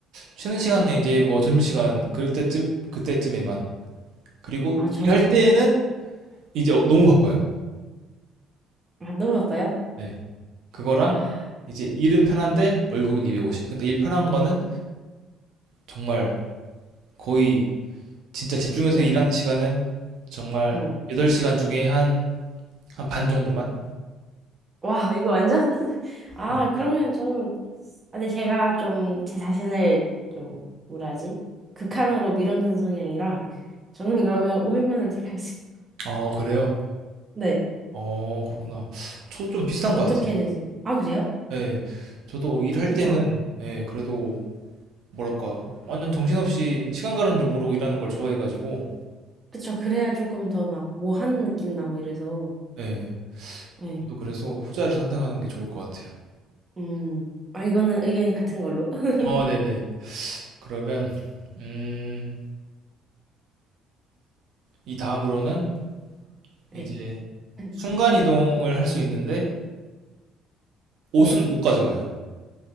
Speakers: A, on the right; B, on the right.
A: 쉬는 시간은 이제 뭐 점심시간 그때쯤 그때쯤에만. 그리고
B: 아, 점심.
A: 일할 때에는 이제 어- 너무 바빠요.
B: 아, 너무 바빠요?
A: 네. 그거랑
B: 아,
A: 이제 일은 편한데 월급은 250. 근데 일 편한 거는 정말 거의 진짜 집중해서
B: 네.
A: 일하는 시간은 정말
B: 음.
A: 8시간 중에 한 한 반 정도만.
B: 와, 이거 완전. <laughs> 아,
A: 네.
B: 그러면 저는, 아, 근데 제가 좀 제 자신을 좀, 뭐라지? 극한으로 밀어넣는 성향이라, 저는 그러면 500만 원 택하겠습니다.
A: 어, 그래요.
B: 네.
A: 어 그렇구나. 저도 좀 비슷한 것
B: 어떻게
A: 같아요.
B: 되세요? 아, 그래요?
A: 예. 저도 일할
B: 그쵸.
A: 때는 예 그래도 뭐랄까 완전 정신없이 시간 가는 줄 모르고 일하는 걸 좋아해 가지고
B: 그쵸. 그래야 조금 더 막, 뭐 하는 느낌 나고 이래서.
A: 예
B: 네.
A: 저도 그래서 후자를 선택하는 게 좋을 것 같아요.
B: 음. 아, 이거는 의견이 같은 걸로. <laughs>
A: 어 네네. 그러면 음 이 다음으로는
B: 네.
A: 이제
B: 음.
A: 순간 이동을 할 수 있는데 옷은
B: 네.
A: 못 가져가요.